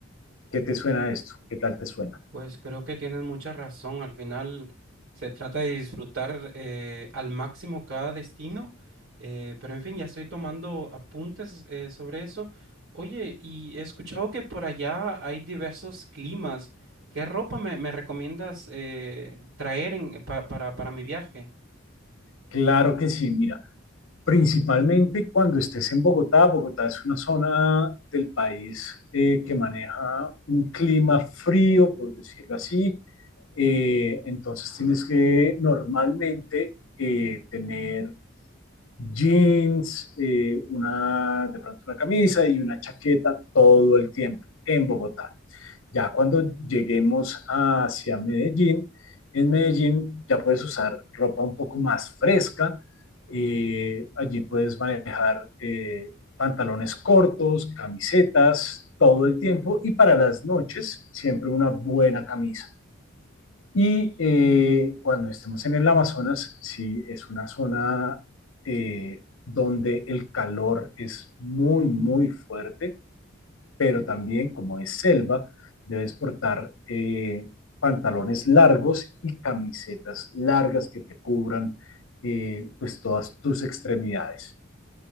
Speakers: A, on the left; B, on the right.
A: ¿Qué te suena esto? ¿Qué tal te suena?
B: Pues creo que tienes mucha razón. Al final se trata de disfrutar eh, al máximo cada destino. Eh, pero en fin, ya estoy tomando apuntes eh, sobre eso. Oye, y he escuchado que por allá hay diversos climas. ¿Qué ropa me, me recomiendas eh, traer en- pa- para, para mi viaje?
A: Claro que sí, mira, principalmente cuando estés en Bogotá. Bogotá es una zona del país eh, que maneja un clima frío, por decirlo así. Eh, entonces tienes que normalmente eh, tener jeans, eh, una, de pronto una camisa y una chaqueta todo el tiempo en Bogotá. Ya cuando lleguemos hacia Medellín, en Medellín ya puedes usar ropa un poco más fresca. eh, allí puedes manejar eh, pantalones cortos, camisetas todo el tiempo y para las noches siempre una buena camisa. Y eh, cuando estemos en el Amazonas, sí es una zona eh, donde el calor es muy, muy fuerte, pero también como es selva, debes portar eh, pantalones largos y camisetas largas que te cubran eh, pues todas tus extremidades.